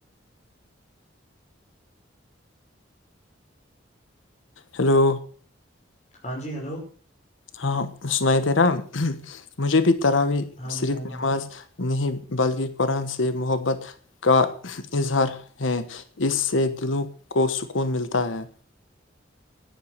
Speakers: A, on the left (about 80°); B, on the left (about 35°).
A: ہلو
B: ہاں جی ہیلو
A: ہاں سناائی تیرا مجھے بھی ترابی
B: ہاں
A: صرف
B: جی ہاں جی
A: نماز نہیں بلکہ قرآن سے محبت کا اظہار ہے اس سے دلوں کو سکون ملتا ہے